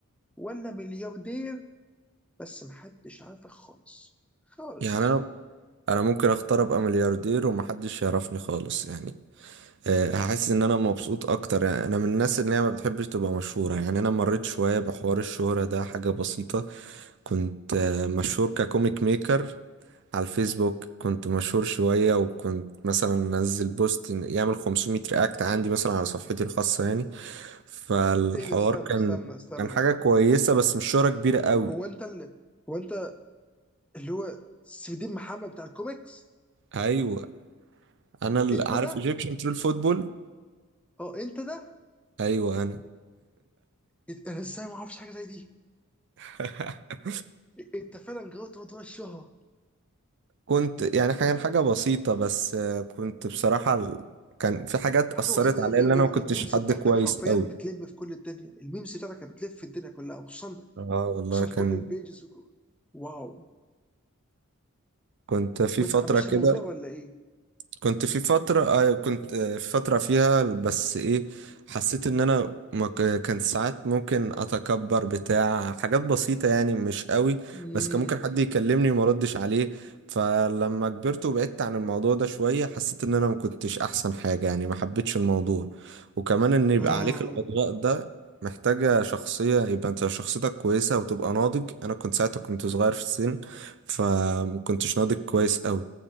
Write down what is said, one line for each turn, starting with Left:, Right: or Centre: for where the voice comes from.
Centre: ولا ملياردير بس محدش عارفك خالص خالص
Right: يعني انا انا ممكن اختار ابقى ملياردير ومحدش يعرفني خالص يعني آه، هحس ان انا مبسوط اكتر يعني انا من الناس اللي هي ما بتحبش تبقى مشهورة يعني انا مريت شوية بحوار الشهرة ده حاجة بسيطة كنت آه، مشهور ككوميك ميكر على الفيسبوك كنت مشهور شوية وكنت مثلا انزل بوست إن- يعمل 500 رياكت عندي مثلا على صفحتي الخاصة يعني فالحوار
Centre: ايه ده استنى
Right: كان
Centre: استنى استنى
Right: كان حاجة كويسة بس مش شهرة كبيرة قوي
Centre: هو انت اللي هو انت اللي هو سيف الدين محمد بتاع الكوميكس
Right: ايوه انا ال-
Centre: انت
Right: عارف
Centre: ده
Right: ايجيبشن ترول فوتبول
Centre: اه انت ده
Right: ايوه انا
Centre: انت- انا ازاي ما اعرفش حاجه زي دي
Right: <laughs>
Centre: إ- انت فعلا جربت موضوع الشهره
Right: كنت يعني حاجة حاجة بسيطة بس آه، كنت بصراحة ال- كان في حاجات
Centre: حاجه
Right: أثرت
Centre: بسيطه
Right: عليا
Centre: يا ابني يا
Right: اللي
Centre: ابني
Right: أنا ما كنتش
Centre: الميمز
Right: حد
Centre: بتاعتك
Right: كويس
Centre: حرفيا
Right: أوي
Centre: بتلم في كل الدنيا الميمز بتاعتك بتلف في الدنيا كلها وخصوصا
Right: اه والله
Centre: خصوصا
Right: كان
Centre: كل البيجز وك... واو
Right: كنت في
Centre: ما
Right: فترة
Centre: تحبش الموضوع
Right: كده
Centre: ولا ايه
Right: كنت في فترة آه، كنت آه، في فترة فيها بس ايه حسيت ان انا ما ك- كان ساعات ممكن اتكبر بتاع حاجات بسيطة يعني مش قوي
Centre: امم
Right: بس كان ممكن حد يكلمني وما ردش عليه فلما كبرت وبعدت عن الموضوع ده شوية حسيت ان انا ما كنتش احسن حاجة يعني ما حبيتش الموضوع وكمان ان يبقى
Centre: اه
Right: عليك الاضواء ده محتاجة شخصية يبقى انت شخصيتك كويسة وتبقى ناضج انا كنت ساعتها كنت صغير في السن فما كنتش ناضج كويس قوي